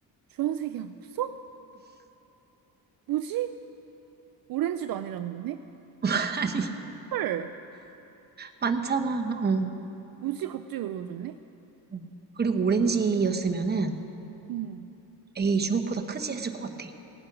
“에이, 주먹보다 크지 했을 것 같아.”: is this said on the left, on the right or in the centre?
Right